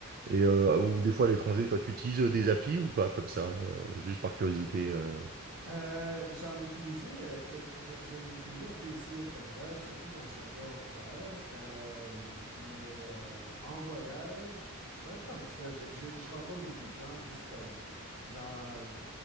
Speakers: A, on the right (about 40°); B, on the right (about 60°).
A: Et euh, ou des fois à l'étranger, toi, tu utilises euh, des applis ou pas, comme ça, euh, juste par curiosité. euh.
B: Euh, j'en ai utilisé, euh, que- je- j'en ai utilisé un peu ici au Canada, surtout quand je suis arrivé à Vancouver. Euh, mais euh, en voyage, pas tant que ça. Je, je- je rencontre beaucoup de gens juste comme dans,